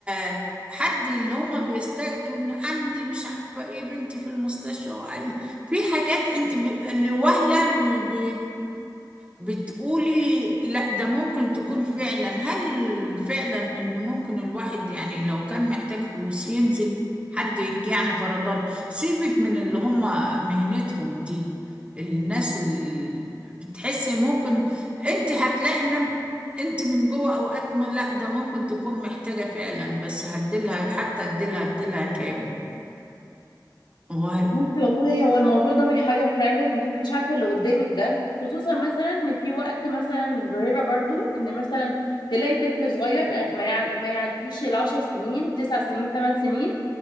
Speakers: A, on the right (about 15°); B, on the left (about 75°).
A: آه، حد اللي هم بيستجدوا ان عندي مش عارفة ايه بنتي في المستشفى وعايز في حاجات انت ب... لوهلة ب... ب... بتقولي لا ده ممكن تكون فعلا هل فعلا ان ممكن الواحد يعني لو كان محتاج فلوس ينزل حد يك- يعني فرضان سيبك من اللي هم مهنتهم دي الناس اللي بتحسي ممكن انت هتلاقي ان انت من جوه اوقات م- لا ده ممكن تكون محتاجة فعلا بس هديلها حتى هديلها هديلها كام وهل
B: بصي والله هو الموضوع ده بيحير فعلا انت مش عارفه اللي قدامك ده خصوصا مثلا ان في وقت مثلا ظاهره برضو ان مثلا تلاقي طفل صغير يعني ما يع- ما يعديش العشر سنين تسع سنين ثمان سنين